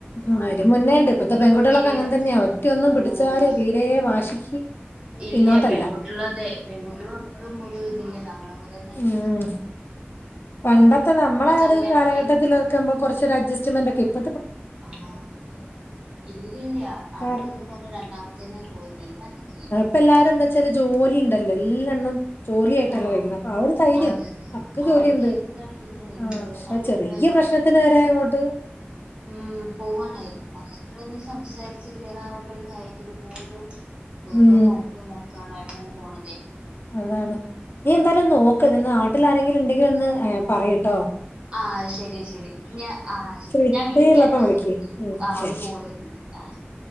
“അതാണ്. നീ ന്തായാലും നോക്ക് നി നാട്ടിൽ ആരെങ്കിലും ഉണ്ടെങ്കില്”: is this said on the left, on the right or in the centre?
Left